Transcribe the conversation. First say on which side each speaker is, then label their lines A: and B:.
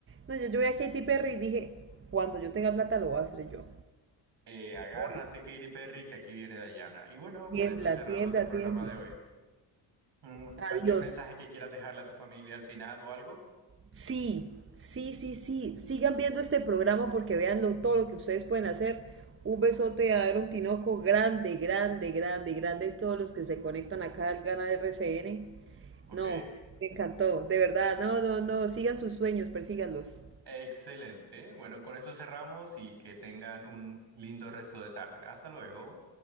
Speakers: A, on the right; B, on the right.
A: No, yo, yo vi a Katy Perry y dije, cuando yo tenga plata lo voy a hacer yo.
B: Eh, agárrate,
A: Voy.
B: Katy Perry, que aquí viene Dayana. Y bueno, con
A: Tiembla,
B: eso cerramos
A: tiembla,
B: el programa
A: tiembla.
B: de hoy. Mm,
A: Adiós.
B: ¿Cualquier mensaje que quieras dejarle a tu familia al final o algo?
A: Sí, sí, sí, sí. Sigan viendo este programa porque vean lo- todo lo que ustedes pueden hacer. Un besote a Aaron Tinoco, grande, grande, grande, grande. Todos los que se conectan acá al Gana RCN.
B: Ok.
A: No, me encantó, de verdad. No, no, no. Sigan sus sueños, persíganlos.
B: Excelente. Bueno, con eso cerramos y que tengan un lindo resto de tarde. Hasta luego.